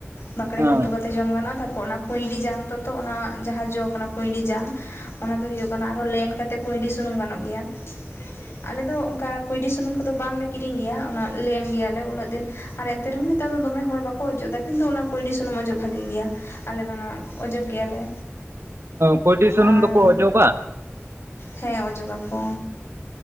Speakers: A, on the left; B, on the right.
A: ᱵᱟᱸᱠᱲᱮ
B: ᱦᱮᱸ
A: ᱦᱚᱸ ᱩᱛᱩ ᱠᱟᱛᱮ ᱛᱮ ᱡᱚᱢ ᱜᱟᱱᱚᱜᱼᱟ ᱛᱟᱨᱯᱚᱨ ᱚᱱᱟ ᱠᱩᱸᱭᱰᱤ ᱡᱟᱝ ᱛᱚᱛᱚ ᱚᱱᱟ ᱡᱟᱦᱟᱸ ᱡᱚ ᱚᱱᱟ ᱠᱩᱸᱭᱰᱤ ᱡᱟᱝ ᱚᱱᱟ ᱫᱚ ᱦᱳᱭᱳᱜ ᱠᱟᱱᱟ ᱟᱨᱦᱚᱸ ᱞᱮᱱ ᱠᱟᱛᱮ ᱠᱸᱩᱭᱰᱤ ᱥᱩᱱᱩᱢ ᱜᱟᱱᱚᱜ ᱜᱮᱭᱟ ᱟᱞᱮ ᱫᱚ ᱚᱱᱠᱟ ᱠᱩᱸᱭᱰᱤ ᱥᱩᱱᱩᱢ ᱠᱚᱫᱚ ᱵᱟᱝᱞᱮ ᱠᱤᱨᱤᱧ ᱜᱮᱭᱟ ᱚᱱᱟ ᱞᱮᱱ ᱜᱮᱭᱟᱞᱮ ᱩᱱᱟᱹᱜ ᱫᱤᱱ ᱟᱨ ᱮᱱᱛᱮ ᱨᱮᱦᱚᱸ ᱱᱮᱛᱟᱨ ᱫᱚ ᱫᱚᱢᱮ ᱦᱚᱲ ᱵᱟᱠᱚ ᱚᱡᱚᱜ ᱮᱫᱟ ᱠᱤᱱᱛᱩ ᱚᱱᱟ ᱠᱩᱸᱭᱰᱤ ᱥᱩᱱᱩᱢ ᱚᱡᱚᱜᱽ ᱵᱷᱟᱜᱤ ᱜᱮᱭᱟ ᱟᱞᱮ ᱫᱚ ᱚᱱᱟ ᱚᱡᱚᱜᱽ ᱜᱮᱭᱟᱞᱮ
B: ᱠᱩᱸᱭᱰᱤ ᱥᱩᱱᱩᱢ
A: ᱟᱨ
B: ᱫᱚᱠᱚ ᱚᱡᱚᱜᱟ?
A: ᱦᱮᱸ ᱚᱡᱚᱜᱟᱠᱚ